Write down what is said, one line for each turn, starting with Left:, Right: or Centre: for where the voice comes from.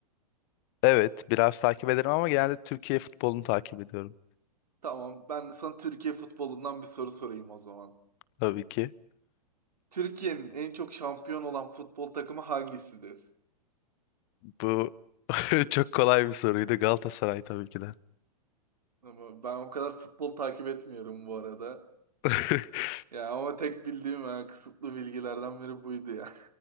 Left: Evet biraz takip ederim ama genelde Türkiye futbolunu takip ediyorum.
Right: Tamam, ben de sana Türkiye futbolundan bir soru sorayım o zaman.
Left: Tabii ki.
Right: Türkiye'nin en çok şampiyon olan futbol takımı hangisidir?
Left: Bu <laughs> çok kolay bir soruydu. Galatasaray tabii ki de.
Right: Ama ben o kadar futbol takip etmiyorum bu arada.
Left: <laughs>
Right: Ya ama tek bildiğim yani kısıtlı bilgilerden biri buydu ya.